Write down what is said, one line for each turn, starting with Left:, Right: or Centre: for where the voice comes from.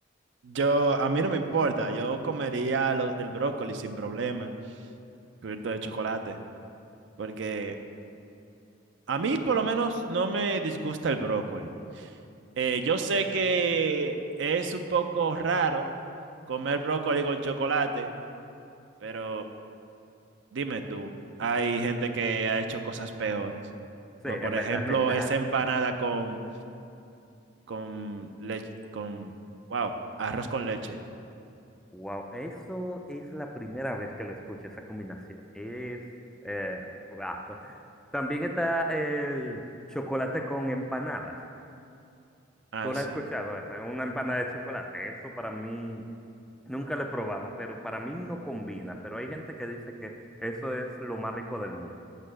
Right: yo, a mí no me importa, yo comería lo- el brócoli sin problema, cubierto de chocolate, porque a mí por lo menos no me disgusta el brócoli. Eh, yo sé que es un poco raro comer brócoli con chocolate, pero dime tú, hay gente que ha hecho cosas peores,
Centre: Sí,
Right: como
Centre: en
Right: por ejemplo
Centre: verdad, en verdad,
Right: esa empanada con, con leche, con, wow, arroz con leche.
Centre: Wow, eso es la primera vez que lo escucho, esa combinación. Es, eh, guau. También está el chocolate con empanadas.
Right: Ah,
Centre: ¿Tú
Right: sí.
Centre: lo has escuchado esa? Una empanada de chocolate. Eso para mí, nunca lo he probado, pero para mí no combina. Pero hay gente que dice que eso es lo más rico del mundo.